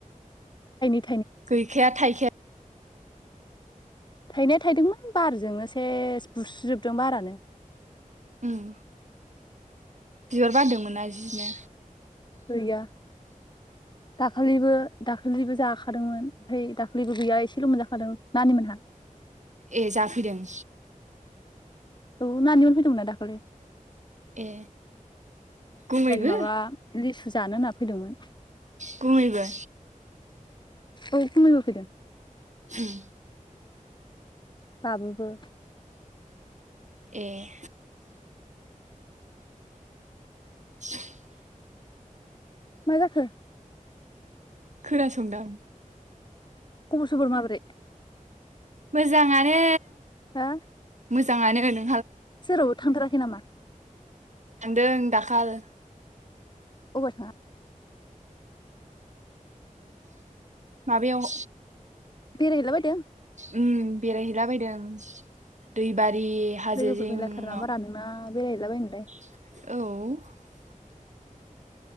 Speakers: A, on the left; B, on the right.
A: <unintelligible>
B: गैखाया थाइखाया
A: थाइनाया थाइदोंमोन बारजोंनो सेस बुस्रिजोबदों बारानो।
B: उम बिबार बारदोंमोनना जिनो।
A: गैया दाखालिबो दाखालिबो जाखादोंमोन ओमफ्राय दाखालिबो गैया एसेल मोनजाखादों नानि मोनहा।
B: ए जाफैदों
A: औ नानिमोन फैदोंमोनना दाखालि?
B: ए गुमैबो
A: माबा लिसु जानो होनना फैदोंमोन।
B: गुमैबो?
A: औ गुमैबो फैदों।
B: उम
A: बाबुबो।
B: ए <inaudible>
A: मा जाखो?
B: खोना संदां।
A: खबर सबर माब्रै?
B: मोजाङानो।
A: हा?
B: मोजाङानो होन
A: जेरावबो थांथाराखै नामा?
B: थांदों दाखाल
A: अबाव थाङा?
B: माबायाव
A: बेराय हैलाबायदों?
B: उम बेराय हैलाबायदों दै बा <unintelligible> हाजो
A: लोगोफोर
B: जिङाव।
A: मेरलाथार नामा रा नोंना बेरायहैलाबायनोलाय।
B: औ